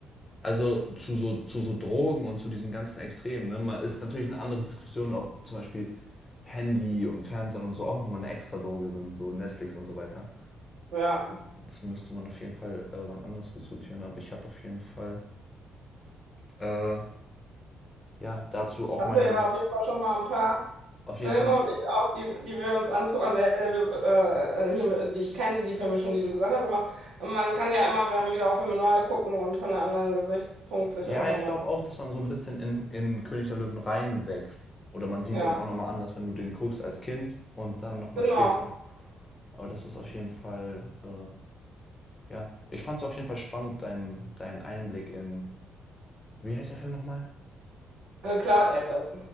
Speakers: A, on the left (about 25°); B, on the right (about 70°).
A: Also zu so, zu so Drogen und zu diesen ganzen Extremen. Ne? Man ist natürlich eine andere Diskussion, ob zum Beispiel Handy und Fernsehen und so auch nochmal eine extra Droge sind, so Netflix und so weiter.
B: Ja.
A: Das müsste man auf jeden Fall äh, wann anders diskutieren, aber ich habe auf jeden Fall äh, ja dazu auch
B: Also
A: meine
B: ja, auf jeden Fall schon mal ein paar
A: auf jeden
B: Filme
A: Fall
B: und ich auch, die, die wir uns angucken. Also Herr der Löwe, äh, äh, hier, die ich kenne, die Filme schon, die du gesagt hast, aber man kann ja immer, wir haben wieder auch Filme neu gucken und von einem anderen Gesichtspunkt sich
A: Ja,
B: auch nochmal.
A: ich glaube auch, dass man so ein bisschen in, in König der Löwen reinwächst. Oder man sieht
B: Ja,
A: den auch nochmal anders, wenn du den guckst als Kind und dann nochmal
B: genau.
A: später. Aber das ist auf jeden Fall, äh, ja. Ich fand es auf jeden Fall spannend, deinen dein Einblick in, wie heißt der Film nochmal?
B: Äh, Cloud Atlas.